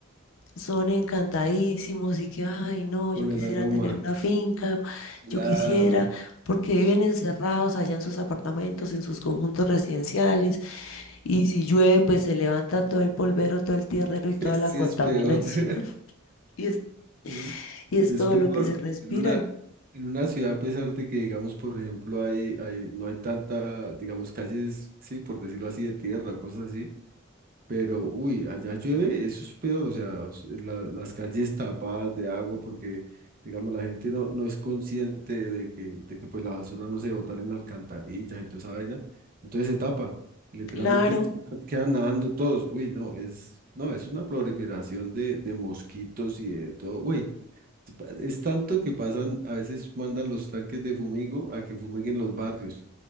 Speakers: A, on the left; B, on the right.
A: son encantadísimos y que, ay, no,
B: con
A: yo quisiera
B: el aroma.
A: tener una finca,
B: Claro.
A: yo quisiera, porque viven encerrados allá en sus apartamentos, en sus conjuntos residenciales y si llueve, pues se levanta todo el polvero, todo el tierrero
B: <laughs>
A: y toda
B: Sí,
A: la contaminación.
B: es peor. <laughs>
A: <laughs> Y es,
B: ¿Eh?
A: y es
B: Es
A: todo
B: peor.
A: lo que se respiran.
B: En una, en una ciudad, a pesar de que, digamos, por ejemplo, hay, hay, no hay tanta, digamos, calles, sí, por decirlo así, de tierra o cosas así. Pero, uy, allá llueve, eso es peor, o sea, s- la- las calles tapadas de agua porque, digamos, la gente no, no es consciente de que, de que pues la basura no se botar en alcantarillas y toda esa vaina, entonces se tapa, y literalmente
A: Claro.
B: quedan, quedan nadando todos, uy, no, es, no, es una proliferación de, de mosquitos y de todo, uy, es pa- es tanto que pasan, a veces mandan los tanques de fumigo a que fumiguen los barrios